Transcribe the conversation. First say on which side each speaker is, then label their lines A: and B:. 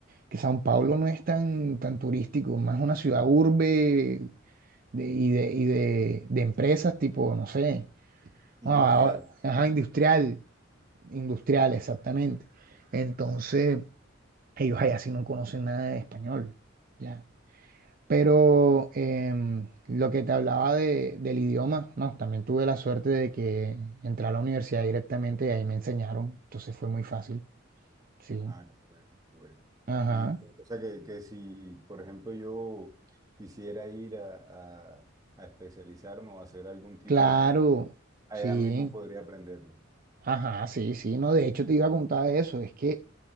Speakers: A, on the right; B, on the right.
A: Que São Paulo no es tan, tan turístico, más una ciudad urbe de, y, de, y de, de empresas tipo, no sé, ah,
B: Industrial.
A: ah, ajá, industrial, industrial, exactamente. Entonces ellos allá sí no conocen nada de español, ya. Pero em, lo que te hablaba de- del idioma, no, también tuve la suerte de que entré a la universidad directamente y ahí me enseñaron, entonces fue muy fácil, sí.
B: Ah, qué bueno, qué bueno.
A: Ajá,
B: Y o sea que, que si, por ejemplo, yo quisiera ir a, a, a especializarme o hacer algún tipo
A: claro,
B: de estudio, allá
A: sí,
B: mismo podría aprenderlo.
A: ajá, sí, sí, no, de hecho te iba a contar eso, es que